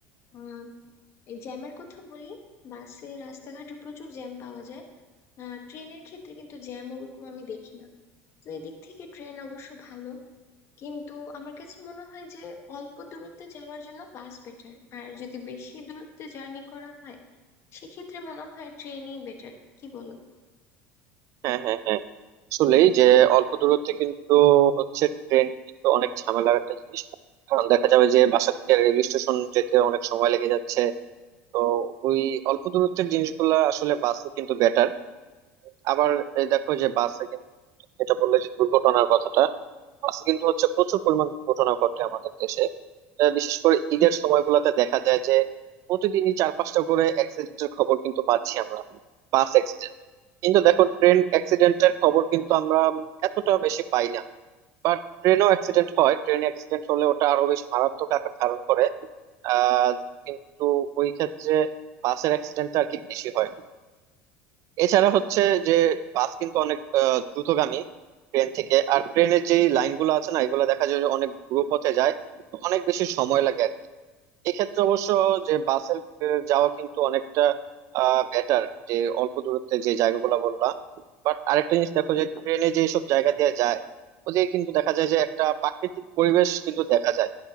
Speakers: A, on the left; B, on the right.
A: আহ, এই জ্যামের কথা বলি বাসে রাস্তাঘাটে প্রচুর জ্যাম পাওয়া যায় আহ, ট্রেনের ক্ষেত্রে কিন্তু জ্যাম ওরকম আমি দেখি না তো এদিক থেকে ট্রেন অবশ্য ভালো কিন্তু আমার কাছে মনে হয় যে অল্প দূরত্বে যাওয়ার জন্য বাস বেটার আর যদি বেশি দূরত্বে জার্নি করা হয় সেক্ষেত্রে মনে হয় ট্রেনই বেটার কি বলো
B: হ্যাঁ হ্যাঁ হ্যাঁ আসলে যে অল্প দূরত্বে কিন্তু হচ্ছে ট্রেন কিন্তু অনেক ঝামেলার একটা জিনিস কারণ দেখা যাবে যে বাসা থেকে রেল স্টেশন যেতে অনেক সময় লেগে যাচ্ছে তো ওই অল্প দূরত্বের জিনিসগুলা আসলে বাসে কিন্তু বেটার আবার এই দেখো যে বাসে কিন্তু যেটা বললে যে দুর্ঘটনার কথাটা বাসে কিন্তু হচ্ছে প্রচুর পরিমাণ দুর্ঘটনা ঘটে আমাদের দেশে আহ, বিশেষ করে ঈদের সময়গুলোতে দেখা যায় যে প্রতিদিনই চার পাঁচটা করে অ্যাক্সিডেন্টের খবর কিন্তু পাচ্ছি আমরা বাস কিন্তু দেখো ট্রেন অ্যাক্সিডেন্টের খবর
A: হুম,
B: কিন্তু আমরা এতটা বেশি পাই না বাট ট্রেনও অ্যাক্সিডেন্ট হয় ট্রেন অ্যাক্সিডেন্ট হলে ওটা আরো বেশি মারাত্মক আকার ধারণ করে আহ কিন্তু ওই ক্ষেত্রে বাসের অ্যাক্সিডেন্টটা আর কি বেশি হয় এছাড়া হচ্ছে যে বাস কিন্তু অনেক আহ, দ্রুতগামী ট্রেন থেকে আর ট্রেনের যে লাইনগুলো আছে না এগুলো দেখা যায় যে অনেক দ্রুত পথে যায় তো অনেক বেশি সময় লাগে এক্ষেত্রে অবশ্য যে বাসের যাওয়া কিন্তু অনেকটা বেটার যে অল্প দূরত্বে যে জায়গাগুলো বললাম বাট আরেকটা জিনিস দেখো যে ট্রেনে যে সব জায়গা দিয়ে যায় ওদিকে কিন্তু দেখা যায় যে একটা প্রাকৃতিক পরিবেশ কিন্তু দেখা যায়